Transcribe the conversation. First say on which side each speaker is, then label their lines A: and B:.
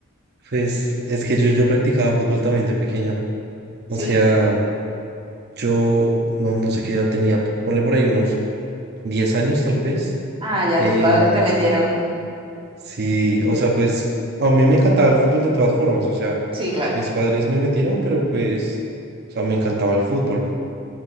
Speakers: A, on the right; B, on the right.
A: Pues es que yo, yo practicaba fútbol también de pequeño. O
B: ¿Sí?
A: sea, yo no, no sé qué edad tenía. Ponle por ahí unos 10 años tal vez.
B: Ah, ya
A: Eh,
B: tus padres te metieron.
A: sí, o sea, pues a mí me encantaba el fútbol de todas formas. O sea,
B: Sí, claro.
A: mis padres me metieron, pero pues, o sea, me encantaba el fútbol.